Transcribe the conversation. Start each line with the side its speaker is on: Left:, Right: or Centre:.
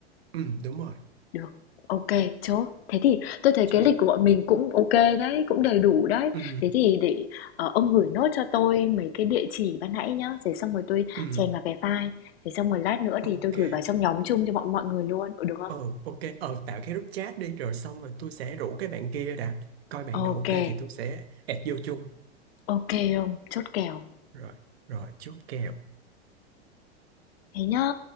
Right: ừ đúng rồi
Left: Được, ok, chốt. Thế thì tôi thấy
Right: chứ
Left: cái lịch của bọn mình cũng ok đấy, cũng đầy đủ đấy.
Right: ừ
Left: Thế thì để, ờ, ông gửi nốt cho tôi mấy cái địa chỉ ban nãy nhá, để xong rồi tôi
Right: ừ
Left: chèn vào cái file, thế xong rồi lát nữa
Right: ok
Left: thì tôi gửi vào trong nhóm chung cho bọn mọi người luôn, ừ, được không?
Right: ờ ok ờ tạo cái group chat đi rồi xong rồi tôi sẽ rủ cái bạn kia đã coi bạn
Left: Ok,
Right: nào ok
Left: ok,
Right: thì tôi sẽ add vô chung
Left: ông, chốt kèo.
Right: rồi rồi chốt kèo
Left: Thế nhá.